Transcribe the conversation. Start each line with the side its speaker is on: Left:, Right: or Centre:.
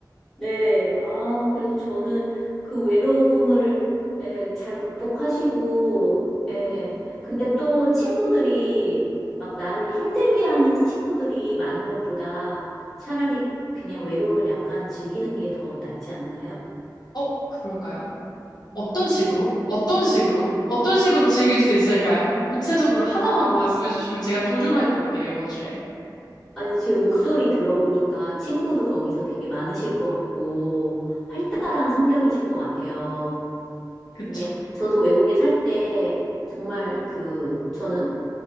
Centre: 네. 아, 그래서 저는 그 외로움을 예, 잘 극복하시고, 예.
Left: 음.
Centre: 근데 또 친구들이 막 나를 힘들게 하는 친구들이 많은 것보다 차라리 그냥 외로움을 약간 즐기는 게 더 낫지 않은가요?
Left: 어, 그럴까요? 어떤 식으로? 어떤 식으로? 어떤 식으로 즐길 수 있을까요? 구체적으로 하나만
Centre: 아,
Left: 말씀해 주시면 제가 도전해 볼게요, 이번 주에.
Centre: 아니, 제 목소리 들어보니까 친구도 거기서 되게 많으실 것 같고, 활달한 성격이실 것 같아요.
Left: 그쵸?
Centre: 근데 저도 외국에 살 때 정말 그 저는